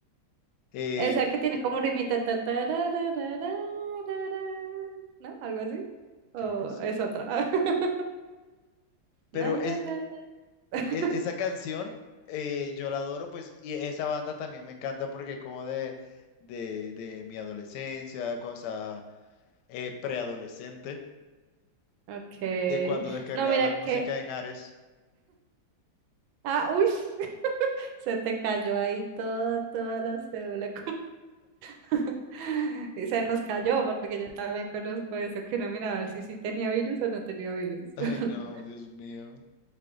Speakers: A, on the left; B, on the right.
A: eh,
B: Esa que tiene como rimita, ta, ta, ra, ra, ra, ra, ra, ra, ¿no? Algo así. O
A: creo que sí.
B: es otra. <laughs>
A: Pero
B: Na, na,
A: es,
B: na, na. <laughs>
A: e- Esa canción eh, yo la adoro, pues, y esa banda también me encanta porque es como de, de, de mi adolescencia, cuando estaba eh, preadolescente,
B: Okay.
A: de cuando descargaba
B: No, mira
A: la música
B: que.
A: en Ares.
B: Ah, uy. <laughs> Se te cayó ahí toda, toda la cédula. <laughs> Y se nos cayó, porque yo también conozco eso, que no mira a ver si sí tenía virus o no tenía virus.
A: <laughs> Ay,
B: <laughs>
A: no, Dios mío.